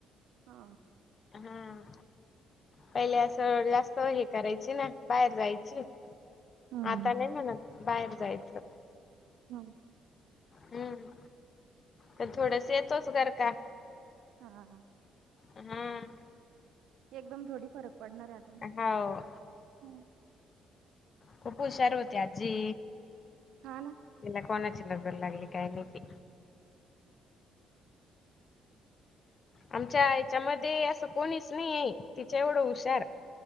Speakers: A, on the right; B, on the left.
A: हा
B: हम पहिले असं जास्त हे करायची ना बाहेर जायची
A: हम्म.
B: आता नाही म्हणत बाहेर जायचं
A: हम
B: हम्म पण थोडस येतोस घर का
A: हा- हा
B: हम्म
A: एकदम थोडी फरक पडणार आता मला
B: हाव खूप हुशार होती आजी
A: हा ना
B: तिला कोणाची नजर लागली काय माहिती आमच्या हेच्यामध्ये असं कोणीच नाही आहे तिच्या एवढं हुशार..